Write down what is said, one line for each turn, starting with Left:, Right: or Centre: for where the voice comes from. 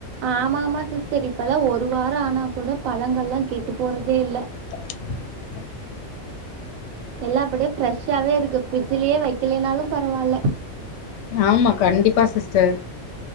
Right: ஆமா ஆமா சிஸ்டர் இப்பல்லாம் ஒரு வாரம் ஆனா கூட பழங்கள் எல்லாம் கெட்டு போறதே இல்ல
Left: <inaudible>
Right: எல்லாப்படியே ஃப்ரெஷ்ஷாவே இருக்கு பிரஃப்ரிட்ஜ்லயே வைக்கலனாலும் பரவாயில்ல
Left: ஆமா கண்டிப்பா சிஸ்டர்